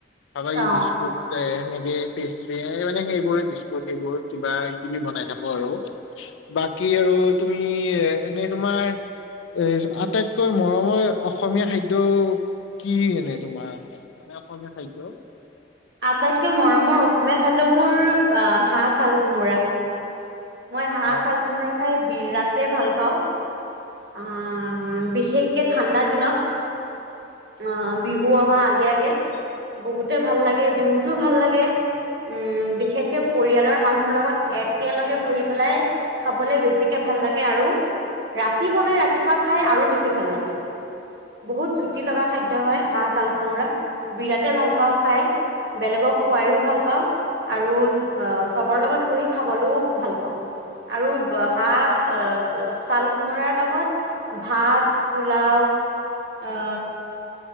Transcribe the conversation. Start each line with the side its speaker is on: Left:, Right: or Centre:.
Left: আবাগে
Right: অ
Left: বছকুছে তে কে পেষ্ট্ৰি মানে সেইবোৰে বিস্কুট সেইবোৰ কিবা কিবি বনাই থাকো আৰু, বাকী আৰু তুমি এনেই তোমাৰ এ আটাইতকৈ মৰমৰ অসমীয়া খাদ্য টো কি এনে তোমাৰ মে অসমীয়া খাদ্য
Right: আটাইতকৈ মৰমৰ অসমীয়া খাদ্য মোৰ আহ, হাঁহ চাল কোমোৰা। মই হাঁহ
Left: অ
Right: চাল কোমোৰা খাই বিৰাতে ভাল পাওঁ। আহ, বিশেষকে ঠাণ্ডা দিনত আহ বিহু অহা আগে আগে বহুতে ভাল লাগে বিহুতো ভাল লাগে উম, বিশেষকে পৰিয়ালৰ মানুহৰ লগত একেলগে বহি পেলাই খাবলে বেছিকে ভাল লাগে আৰু ৰাত ৰাতি বনাই ৰাতিপুৱা খাই আৰু বেছি ভাল লাগে বহুত জুতি লগা খাদ্য হয় হাঁহ চাল কোমোৰা বিৰাটে ভাল পাওঁ খাই বেলেগক খোৱাইও ভাল পাওঁ আৰু চবৰ লগত বহি খাবলৈও ভাল পাওঁ আৰু হাঁহ আহ চাল টি কোমোৰাৰ লগত ভাত, পোলাও অ'।